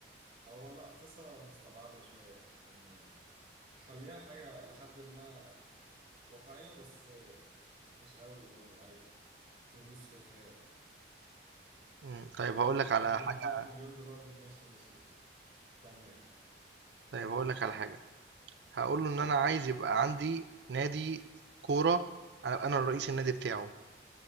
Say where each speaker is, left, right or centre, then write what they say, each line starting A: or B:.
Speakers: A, on the right (about 50°); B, on the right (about 70°).
A: هو لا حاسسها مستبعدة شوية إن خليها حاجة لحد ما واقعية بس مش قوي برضه عادي تدوس في الخيال
B: مم، طيب هقول لك
A: يعني
B: على
A: مي-
B: حاجة
A: 100 مليون دولار دي ماشي ماشي التانية ايه
B: طيب هقول لك على حاجة هقول له ان انا عايز يبقى عندي نادي كورة انا أبقى انا الرئيس النادي بتاعه